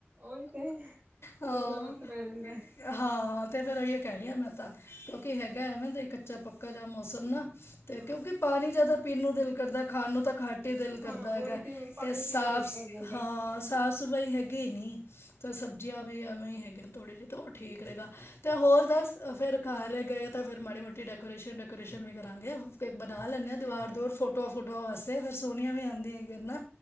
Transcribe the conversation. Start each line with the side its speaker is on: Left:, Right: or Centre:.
Right: ਉਈ 'ਤੇ
Left: ਹਾਂ
Right: ਦੁੱਗਣਾ ਵਕਤ ਪੈ ਜਾਂਦਾ ਐ।
Left: ਹਾਂ 'ਤੇ ਫੇਰ ਏਈਯੋ ਕਹਿ ਰੀ ਆ ਮੈਂ ਤਾਂ ਕਿਉਂਕਿ ਹੈਗਾ ਐਵੇਂ ਦਾ ਈ ਕੱਚਾ-ਪੱਕਾ ਜਿਹਾ ਮੌਸਮ ਨਾ।
Right: ਹਾਂ
Left: 'ਤੇ ਕਿਉਂਕਿ ਪਾਣੀ ਜ਼ਿਆਦਾ ਪੀਣ ਨੂੰ ਦਿਲ ਕਰਦੈ ਖਾਣ ਨੂੰ ਤਾਂ ਘੱਟ ਈ ਦਿਲ
Right: ਹਾਂ
Left: ਕਰਦਾ
Right: ਹੋਰ
Left: ਹੈਗਾ
Right: ਕੀ ਪਾਣੀ
Left: 'ਤੇ ਸਾਫਸ
Right: ਪੀ ਕੇ ਢਿੱਡ ਭਰ ਜਾਂਦਾ
Left: ਹਾਂ ਸਾਫ ਸਫਾਈ ਹੈਗੀ ਨੀ ਤਾਂ ਸਬਜ਼ੀਆਂ
Right: ਹਾਂ
Left: ਵੀ ਐਵੇਂ ਈ ਹੈਗੀਆਂ ਥੋੜ੍ਹੀ ਜੇ ਤੋਂ ਉਹ ਠੀਕ ਰਹੇਗਾ। ਅਤੇ ਹੋਰ ਦੱਸ ਫਿਰ ਘਰ ਗਏ ਤਾਂ ਫਿਰ ਮਾੜੀ ਮੋਟੀ ਡੈਕੋਰੇਸ਼ਨ ਡੈਕੋਰੇਸ਼ਨ ਵੀ ਕਰਾਂਗੇ ਬਣਾ ਲੈਂਦੇ ਹਾਂ ਦੀਵਾਰ ਦੂਵੁਰ ਫੋਟੋਆਂ ਫੋਟੋਆਂ ਵਾਸਤੇ ਫਿਰ ਸੋਹਣੀਆਂ ਵੀ ਆਉਂਦੀਆਂ ਹੇਗੀ ਨਾਂ